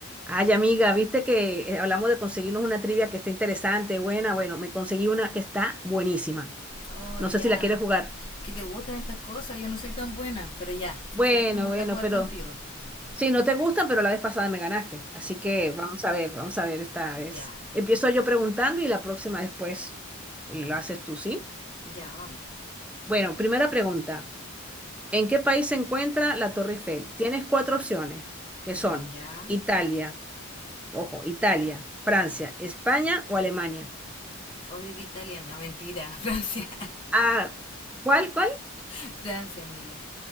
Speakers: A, in the centre; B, on the left.
A: Ay, amiga, viste que eh, hablamos de conseguirnos una trivia que está interesante, buena. Bueno, me conseguí una que está buenísima.
B: Oh,
A: No
B: ya.
A: sé si la quieres jugar.
B: ¿Qué te gustan estas cosas? Yo no soy tan buena, pero ya, si
A: Bueno,
B: sabes que me gusta
A: bueno,
B: jugar
A: pero
B: contigo. <laughs>
A: sí, no te gustan, pero la vez pasada me ganaste. Así que vamos a ver, vamos a ver esta vez.
B: Ya,
A: Empiezo yo preguntando y la próxima después lo haces tú, ¿sí?
B: ya, vamos.
A: Bueno, primera pregunta. ¿En qué país se encuentra la Torre Eiffel? Tienes cuatro opciones, que
B: Mm,
A: son
B: Ya.
A: Italia, ojo, Italia, Francia, España o Alemania.
B: Obvio que italiana, mentira, <laughs> Francia.
A: Ah, ¿cuál, cuál?
B: <laughs> Francia, amiga.